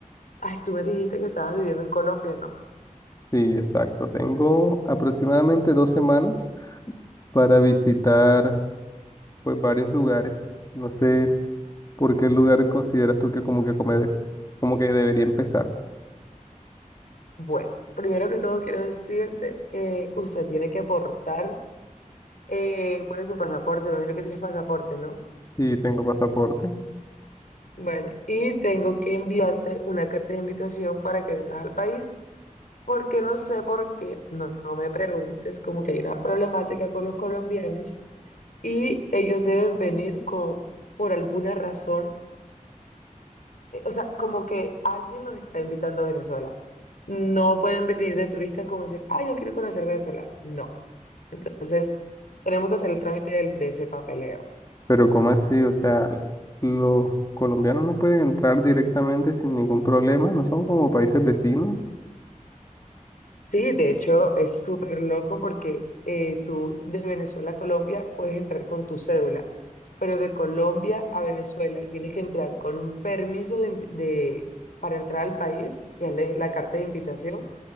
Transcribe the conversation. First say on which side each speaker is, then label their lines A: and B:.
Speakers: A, on the left; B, on the left.
A: ay, tú me dijiste que estabas viviendo en Colombia, ¿no?
B: Sí, exacto. Tengo aproximadamente dos semanas para visitar pues varios lugares. No sé. ¿Por qué lugar consideras tú que como que come, como que debería empezar?
A: Bueno, primero que todo quiero decirte que usted tiene que aportar, eh, bueno, su pasaporte, me imagino que tienes pasaporte, ¿no?
B: Sí, tengo pasaporte,
A: Bueno, y tengo que enviarte una carta de invitación para que vengas al país. Porque no sé por qué, no, no me preguntes, como que hay una problemática con los colombianos y ellos deben venir con, por alguna razón, eh, o sea, como que alguien los está invitando a Venezuela. No pueden venir de turistas como decir, ah, yo quiero conocer Venezuela. No. Entonces, tenemos que hacer el trámite del- de, ese papeleo.
B: pero ¿cómo así? O sea, los colombianos no pueden entrar directamente sin ningún problema, no son como países vecinos.
A: Sí, de hecho es súper loco porque eh, tú de Venezuela a Colombia puedes entrar con tu cédula, pero de Colombia a Venezuela tienes que entrar con un permiso de, invi- de- para entrar al país, que es la, la carta de invitación,